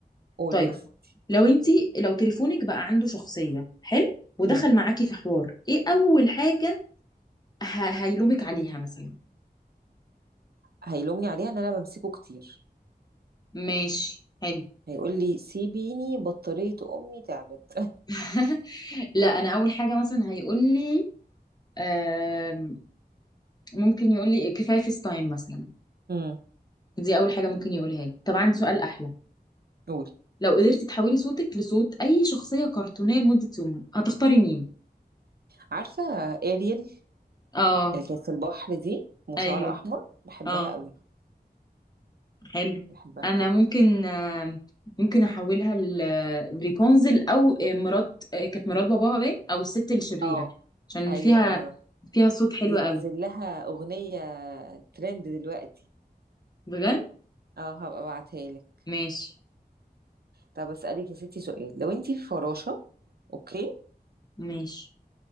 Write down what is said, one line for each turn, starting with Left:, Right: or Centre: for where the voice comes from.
Right: قول
Left: طيب
Right: يا ستي
Left: لو انتي لو تليفونك بقى عنده شخصية حلو ودخل
Right: مم.
Left: معاكي في حوار ايه أول حاجة ه- هيلومك عليها مثلا
Right: هيلومني عليها ان انا بمسكه كتير
Left: ماشي حلو
Right: هيقول لي سيبيني بطارية امي تعبت
Left: <laughs> لا انا اول حاجه مثلا هيقول لي آم، ممكن يقول لي كفايه فيس تايم مثلا
Right: <laughs> مم.
Left: دي اول حاجه ممكن يقولها لي طبعا سؤال احلى
Right: قول
Left: لو قدرتي تحولي صوتك لصوت اي شخصيه كرتونيه لمده يوم هتختاري مين
Right: عارفة اريل
Left: اه
Right: اللي كانت في البحر دي وشعر
Left: ايوه
Right: احمر بحبها
Left: اه
Right: قوي
Left: حلو
Right: بحبها
Left: انا
Right: قوي
Left: ممكن آه، ممكن احولها لريبونزل او آه، مرات آه، كانت مرات باباها باين او الست الشريره
Right: اه
Left: عشان
Right: ايوه
Left: فيها
Right: ايوه
Left: فيها صوت حلو
Right: دي
Left: قوي
Right: نازل لها اغنية ترند دلوقتي
Left: بجد
Right: اه هبقى ابعتها لك
Left: ماشي
Right: طب اسألك يا ستي سؤال لو انتي في فراشة اوكي
Left: ماشي